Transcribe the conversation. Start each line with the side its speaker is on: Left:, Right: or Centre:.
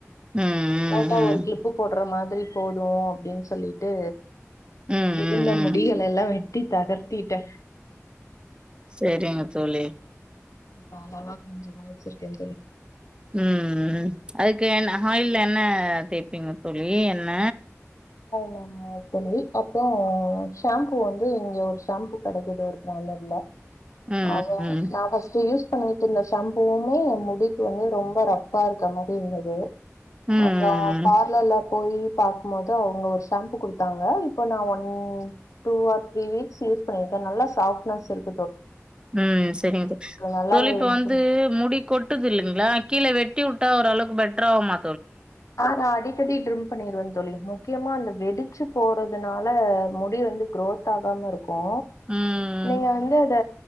Right: ம்
Left: ஓட்டா
Right: ம்
Left: ஒரு
Right: ம்
Left: க்ளிப்பு போட்றமாத்ரி த்ரி போது டின் சொல்லிட்டு
Right: ம்
Left: திருந்த
Right: ம் ம்
Left: முடியல எல்லா வெட் டி தகர்த்திட்ட
Right: சேரிங்க தோழி
Left: இப்ப அளவா கொஞ்சமா வச்சிருக்கே தோழி
Right: ம் ம் அதுக்கு என் ஹாயில்ல என்ன தேப்பிங்க தோழ் ழி என்ன
Left: அ தோழி அப்றோ ஷேம்பூ வந்து இங்க ஒரு ஷேம்பூ கெடைக்குது ஒரு பிராண்டட்ல
Right: ம்
Left: அவ
Right: ம்
Left: நா ஃபஸ்ட்டு யூஸ் பண்ணிட்டு இருந்த ஷாம்பூவுமே எ முடிக்கு வந்து ரொம்ப ரப்பா இருக்க மாதுரி இருந்துது
Right: ம் ம்
Left: அப்றோ பார்லர்ல போயி பாக்மோது அவுங்க ஒரு ஷாம்பு குடுத்தாங்க இப்ப நா one two or three weeks use பண்ணிருக்க நல்லா சாஃப்ட்னஸ் இருக்
Right: ம் செரிங்க
Left: நல்லாவே
Right: தோழி இப்ப
Left: இருக்கு
Right: வந்து முடி கொட்டுது இல்லைங்ளா கீழ வெட் டி உட்டா ஓர் அளவ்க்கு பெட்ராவுமா
Left: அ நா அடிக்கடி ட்ரிம் பண்ணிர்வ தோழி முக்கியமா அந்த வெடிச்சு போறதுனால முடி வந்து குரோத் ஆகாம இருக்கு
Right: ம்
Left: நீங்க வந்து அத